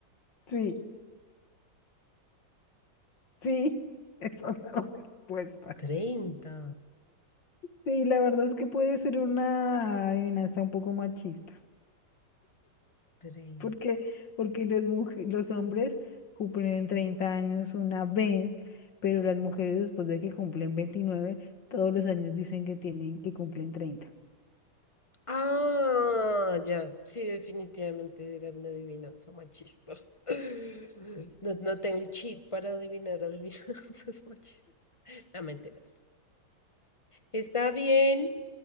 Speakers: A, on the left; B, on the left.
A: Sí, sí, esa es la <laughs> respuesta.
B: Treinta.
A: Sí, la verdad es que puede ser una adivinanza un poco machista.
B: Treinta.
A: porque, porque los, muj- los hombres cumplen 30 años una vez, pero las mujeres después de que cumplen 29 todos los años dicen que tienen que cumplen treinta
B: Ah, ya, sí, definitivamente era una adivinanza machista. <laughs> No, no tengo el cheat para adivinar adivinanzas <laughs> machistas. No, mentiras. Está bien,